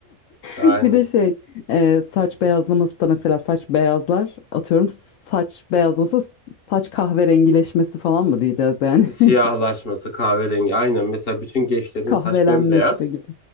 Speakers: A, on the left; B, on the left.
A: Aynen.
B: Bir de şey e, saç beyazlaması da mesela saç beyazlar atıyorum saç beyazlasa saç kahverengileşmesi falan mı diyeceğiz yani.
A: Siyahlaşması,
B: <laughs>
A: kahverengi. Aynen. Mesela bütün gençlerin
B: Kahvelenmesi
A: saç bembeyaz.
B: de gibi.